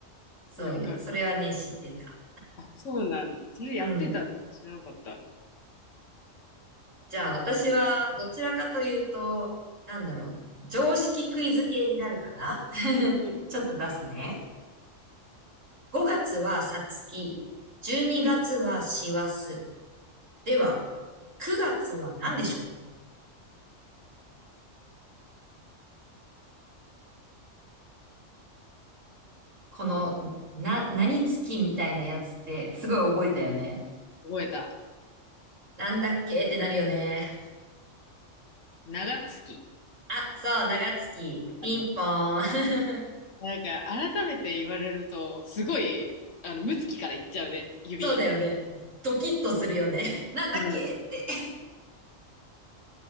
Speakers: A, on the right (about 75°); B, on the left (about 70°).
A: そういう、
B: いや、わかる。
A: それはね、知ってた。
B: あ、そうなんだ。それやってたんだ。
A: うん。
B: 知らなかった。
A: じゃあ私はどちらかというと、なんだろう、常識クイズ系になるかな <laughs>
B: うんうん
A: ちょっと出すね。5月はさつき、12月はしわす。
B: うん。
A: では、9月は何でしょうこの、な、何月みたいなやつってすごい覚えたよね。
B: 覚えた。
A: なんだっけってなるよね。
B: 長月
A: あ、そう、長月、ピンポーン。
B: だね。なんか、改めて言われると、すごい、あの、ム月からいっちゃうね。
A: <laughs>
B: 指。
A: そうだよね。ドキッとするよね。<laughs> なんだっけって。
B: うん。